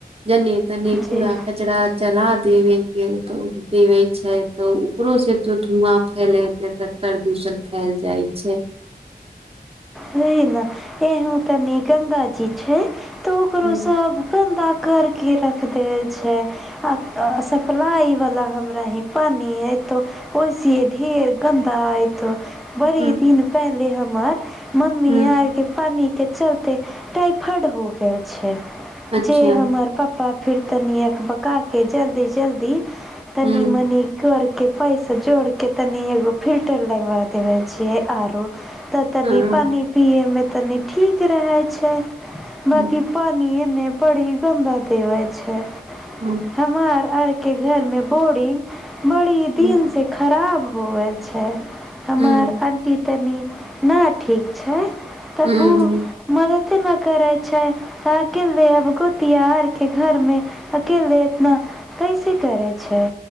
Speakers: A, on the right; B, in the centre.
A: जने तने
B: जे
A: कचड़ा चला देवे के त देवे छै तऽ ओकरो से तो धुआँ फैले जेत प्रदूषण फैल जाइ छै
B: वही ना एहु तनी गंगा जी छै तऽ ओकरो
A: हुँ
B: सब गन्दा कर के रख देबै छै आ सप्लाई वाला हमरा ही पानि आयतो ओइसे ढेर गंदा आयतो बड़ी
A: हुँ
B: दिन पहले हमर मम्मी
A: हुँ
B: आर के पानी के चलते टाइफाइड हो गेल छै
A: अच्छा
B: जे हमर पप्पा फेर तनी अबकाके जल्दी जल्दी तनी
A: हुँ
B: मनी कर के पैसा जोड़ के तनि एगो फिल्टर लगवा देबे छियै आरो तनी
A: हँ
B: पानि पियैमे तनी ठीक रहै छै
A: हुँ
B: बाँकी
A: हुँ
B: पानि एने बड़ी गन्द देबै छै
A: हूँ <inaudible>
B: हमार आर के घर मे बोर्डिंग बड़ी दिन
A: हुँ
B: से खराब होबए छै हमर
A: हुँ
B: आंटी तनि ना ठीक छै तऽ
A: हुँ
B: उ मदते न करैत छै तऽ अकेले आब गो तिहार के घर मे अकेले एतना कैसे करे छै